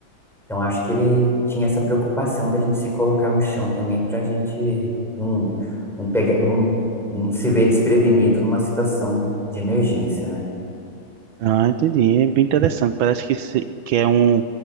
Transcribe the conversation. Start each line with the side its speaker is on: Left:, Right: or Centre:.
Centre: então acho que ele tinha essa preocupação da gente se colocar no chão também para a gente não, não, pegar, não, não se ver desprevenido numa situação de emergência, né?
Right: Ah, entendi. É bem interessante. Parece que, se- que é um,